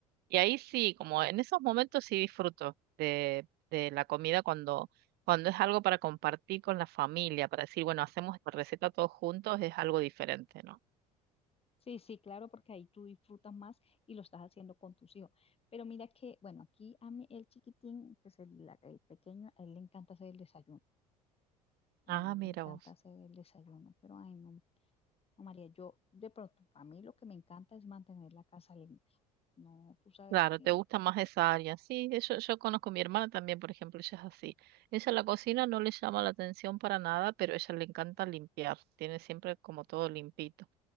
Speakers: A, on the right; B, on the left.
A: Y ahí sí, como en esos momentos sí disfruto de, de la comida cuando, cuando es algo para compartir con la familia, para decir, bueno, hacemos esta receta todos juntos, es algo diferente, ¿no?
B: sí, sí, claro, porque ahí tú disfrutas más y lo estás haciendo con tus hijos. Pero mira que, bueno, aquí a mí el chiquitín, pues el, la- el pequeño, a él le encanta hacer el desayuno, también
A: Ah, mira
B: le encanta
A: vos.
B: hacer el desayuno, pero ay, no. no, María, yo de pronto, a mí lo que me encanta es mantener la casa limpia. No, tú sabes
A: Claro,
B: que,
A: te gusta más esa área. Sí, eh, yo, yo conozco a mi hermana también, por ejemplo, ella es así. Ella la cocina no le llama la atención para nada, pero a ella le encanta limpiar, tiene siempre como todo limpito.